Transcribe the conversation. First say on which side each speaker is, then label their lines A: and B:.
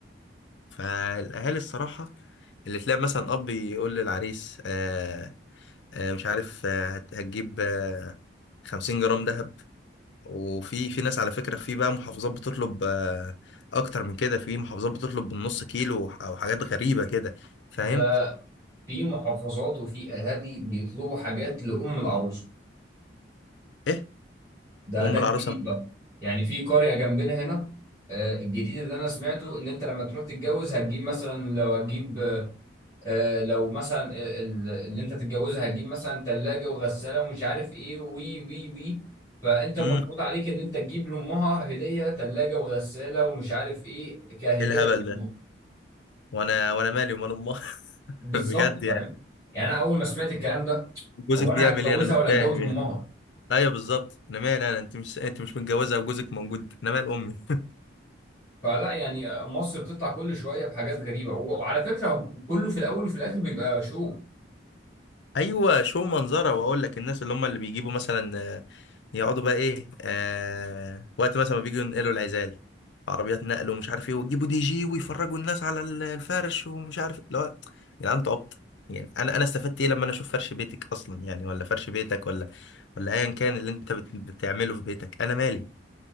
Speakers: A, on the left; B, on the left.
A: فالاهالي الصراحه اللي تلاقي مثلا اب يقول للعريس آه آه مش عارف آه هت- هتجيب آه 50 جرام ذهب وفي في ناس على فكره في بقى محافظات بتطلب آه اكتر من كده في محافظات بتطلب بالنص كيلو او حاجات غريبه كده فاهم
B: ده في محافظات وفي اهالي بيطلبوا حاجات لام العروسه
A: ايه
B: ده
A: وام
B: ده الجديد
A: العروسه
B: بقى يعني في قرية جنبنا هنا آه، الجديد اللي انا سمعته ان انت لما تروح تتجوز هتجيب مثلا لو هتجيب آه، آه، لو مثلا ال- اللي انت تتجوزها هتجيب مثلا ثلاجة وغسالة ومش عارف ايه وي وي وي فانت المفروض
A: امم
B: عليك ان انت تجيب لامها هدية ثلاجة وغسالة ومش عارف ايه كهدية
A: ايه الهبل
B: لأمها.
A: ده وانا وانا مالي ومال امها <laughs>
B: بالظبط
A: بجد يعني
B: فاهم يعني انا اول ما سمعت الكلام ده
A: جوزك
B: هو انا
A: بيعمل
B: هتجوزها
A: ايه انا مش
B: ولا
A: فاهم
B: اتجوز امها
A: يعني ايوه بالظبط انا مالي انا انت مش انت مش متجوزه وجوزك موجود انا مال امي
B: فلا يعني مصر بتطلع كل شويه بحاجات غريبه وعلى فكره كله في الاول وفي الاخر بيبقى شو
A: ايوه شو منظره واقول لك الناس اللي هم اللي بيجيبوا مثلا آه، يقعدوا بقى ايه آه وقت مثلا ما بيجوا ينقلوا العزال في عربيات نقل ومش عارف ايه ويجيبوا دي جي ويفرجوا الناس على ال- الفرش ومش عارف اللي هو يا جدعان انتوا عبط يعني انا انا استفدت ايه لما انا اشوف فرش بيتك اصلا يعني ولا فرش بيتك ولا ولا ايا كان اللي انت بت- بتعمله في بيتك انا مالي